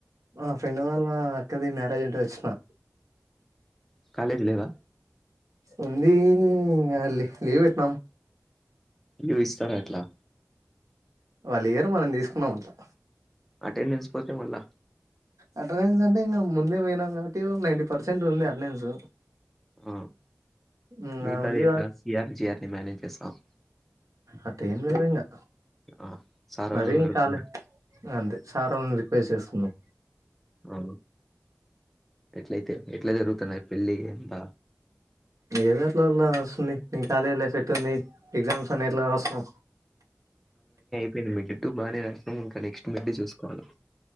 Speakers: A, on the right (about 80°); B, in the centre.
A: ఆ ఫ్రెండ్ వల్ళ ద మ్యారేజ్ అంటే వచ్చినా
B: కాలేజ్లవా
A: ఉంది అలి లీవ్ పెట్నాం
B: చూపిస్తారా ఎట్లా
A: వాళ్ళు ఏరు మనం తీసుకున్నాం అట్లా
B: అటెండెన్స్ పోతే మళ్ళా
A: అటెండెన్స్ అంటే ఇంకా ముందే పోయినాం కాబట్టి నైన్ంటీ పర్సెంట్ ఉంది అటెండెన్స్
B: ఆ
A: ఇంగ
B: మిగతాది
A: ఉంది
B: ఎట్లా సిఆర్ జిఆర్ ని మేనేజ్ చేస్త స
A: అత ఏం లేదుంగా
B: ఆ సారోళ్ళని
A: మరి ఇం
B: అడుక్కుంటా
A: కాల అంతే సార్ వాళ్ళని రిక్వేర్ చేసుకున్నాం
B: అవు ఎట్లయితే ఎట్లా జరుగుతున్నాయి పెళ్లి ఎంత
A: ఏదో అట్లా అట్లా వస్తుంది నీ కాలేజ్ ఫ్రేట్టుంది ఎగ్జామ్స్ అనే ఎట్లా వస్తుాం
B: పేన్ మికిట్టు బానే కాష్ ఇంకా నెక్స్ట్ మిడ్ చూసుకోవాలి